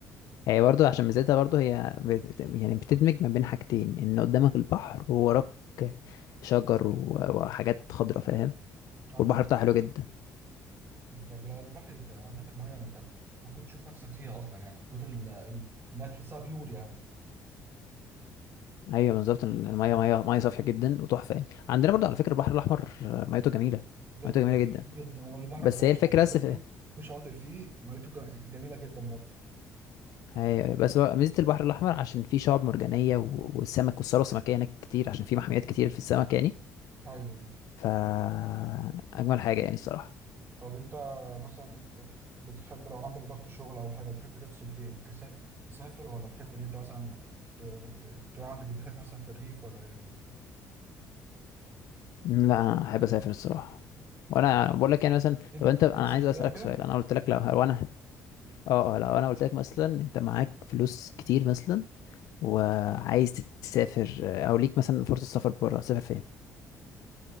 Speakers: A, on the left (about 75°); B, on the right (about 40°).
A: هي برضو عشان ميزتها برضو هي بت- يعني بتدمج ما بين حاجتين ان قدامك البحر ووراك شجر و- وحاجات خضرا فاهم
B: ايوه
A: والبحر بتاعها حلو جدا
B: بالظبط لا، البحر انت هناك الميه انت ممكن تشوف نفسك فيها اصلا يعني من كتر ال- ال- انها تحسها بيور يعني
A: ايوه بالظبط الميه ميه ميه صافيه جدا وتحفه يعني عندنا برضو على فكره البحر الاحمر ميته جميله
B: جدا
A: ميته جميله جدا
B: جدا هو البحر
A: بس
B: المتوسط
A: هي الفكرة
B: على فكره
A: بس
B: فيه في شواطئ فيه ميته جم- جميله جدا برضه
A: أيوة أيوة. بس هو ميزة البحر الأحمر عشان فيه شعاب مرجانية و- والسمك والثروة السمكية هناك كتير عشان فيه محميات كتير في السمك يعني
B: ايوه
A: فأجمل حاجة يعني الصراحة
B: طب انت مثلا إنت بتحب لو عندك ضغط شغل او حاجه تحب تفصل فين تسافر تسافر ولا تحب ان انت مثلا ت- ت- تروح عند جدتك مثلا في الريف ولا إيه بالظبط؟
A: م، لا أنا أحب أسافر الصراحة وأنا بقول لك يعني مثلا
B: مدينه
A: طب أنت
B: مدينه
A: أنا
B: ساحليه
A: عايز أسألك
B: وكده
A: سؤال أنا قلت لك لو لو أنا أه أه لو أنا قلت لك مثلا أنت معاك فلوس كتير مثلا وعايز تسافر أو ليك مثلا فرصة سفر بره تسافر فين؟